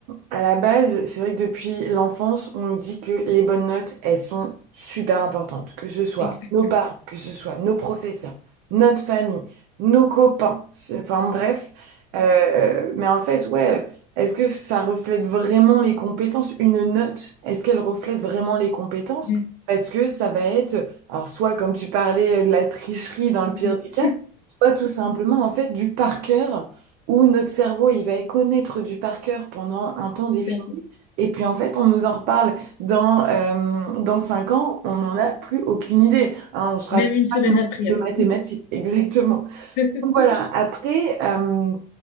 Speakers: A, on the right (about 60°); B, on the left (about 65°).
A: à la base, c'est vrai que depuis l'enfance, on nous dit que les bonnes notes, elles sont super importantes. Que ce soit
B: Exactement.
A: nos parents, que ce soit nos professeurs, notre famille, nos copains. C'est- Enfin, bref. Euh, mais en fait, ouais, est-ce que ça reflète vraiment les compétences? Une note, est-ce qu'elle reflète vraiment les compétences?
B: Mm,
A: Parce que ça va être alors, soit, comme tu parlais, de la tricherie dans le pire
B: mm.
A: des
B: <laughs>
A: cas, soit tout simplement, en fait, du par cœur, où notre cerveau, il va connaître du par cœur pendant un temps défini.
B: Tout à fait.
A: Et puis, en fait, on nous en reparle dans, euh, dans cinq ans, on n'en a plus aucune idée. Hein, on ne se rappelle
B: Même une semaine
A: pas de nos
B: après.
A: cours de
B: hein.
A: mathématiques, <laughs> exactement.
B: <laughs>
A: Voilà, après, euh,